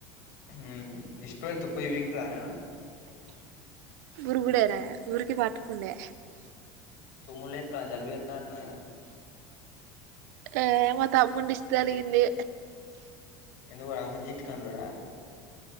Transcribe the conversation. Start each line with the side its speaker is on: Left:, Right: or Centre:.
Left: మ్ ఈశ పెడితే పోయ్ పీకుతాడా ఆయన
Right: రుగుడేనా ఊరికి పటుకుండే
Left: తుమ్ములు ఎ జల్భ చెత్తన్నట్టు ఉందిగ
Right: ఆ మా తమ్ముండి దిష్టి తలిగింది
Left: ఎందుకో అంత జిట్టు కనులుడా